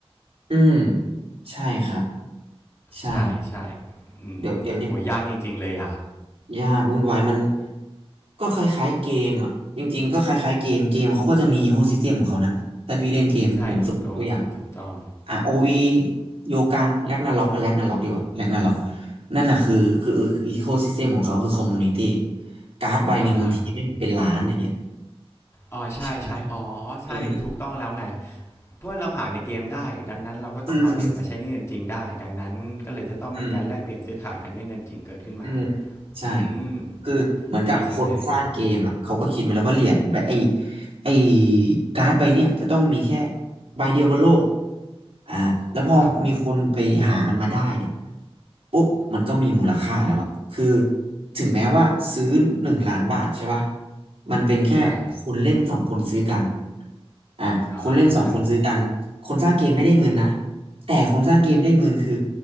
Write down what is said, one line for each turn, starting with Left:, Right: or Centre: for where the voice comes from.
Right: อืมใช่ครับใช่
Left: ใช่ใช่อืมโหยากจริงๆเลยอ่ะ
Right: เดี๋ยวเดี๋ยวนี้ ยากวุ่นวายมันก็คล้ายๆเกมอ่ะจริงๆก็คล้ายๆเกมเกมเขาก็จะมีอีโคซิสเต็มของเขานะถ้าพี่เล่นเกมผมสมมติตัวอย่าง
Left: ใช่ถูกต้องถูกต้อง
Right: อ่ะโอวีโยกังแรกนาล็อกแรกนาล็อกดีกว่าแรกนาล็อกนั่นน่ะคือคืออีโคซิสเต็มของเขาคือคอมมูนิตี้การ์ดใบหนึ่งบางทีแม่งเป็นล้านอย่างเงี้ย
Left: อ่าฮะอ๋อใช่ใช่อ๋อใช่ถูกต้องแล้วไง
Right: ใช่ไหมเออ
Left: เพราะว่าเราหาในเกมได้ ดังนั้นเราก็ต้องเอาเหรียญมาใช้ในเงินจริงได้
Right: อืม
Left: ดังนั้นก็เลยจะต้องมีการแลกเปลี่ยนซื้อขายกันด้วยเงินจริงเกิดขึ้นมา
Right: อืม อืมใช่
Left: อืม
Right: คือเหมือนกับคนสร้างเกมอ่ะเขาก็คิดมาแล้วว่าเหรียญแบบไอ้
Left: ดีจังเลย
Right: ไอ้การ์ดใบเนี้ยจะต้องมีแค่ใบเดียวบนโลกอ่าแล้วพอมีคนไปหามันมาได้เนี่ย
Left: ครับ
Right: ปุ๊บมันก็มีมูลค่าแล้วอะคือถึงแม้ว่าซื้อหนึ่งล้านบาทใช่ป่ะมันเป็นแค่คนเล่นสองคนซื้อกัน
Left: ใช่
Right: อ่าคนเล่นสองคนซื้อกันคนสร้างเกมไม่ได้เงินนะ
Left: อ่าฮะใช่
Right: แต่คนสร้างเกมได้เงินคือ